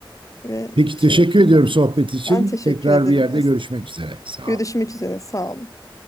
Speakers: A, on the left; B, on the right.
A: ve
B: Peki
A: şey
B: teşekkür
A: yapayım
B: ediyorum
A: ben.
B: sohbet için.
A: Ben teşekkür
B: Tekrar
A: ederim
B: bir yerde
A: Esra.
B: görüşmek üzere. Sağ
A: Görüşmek
B: ol.
A: üzere. Sağ olun.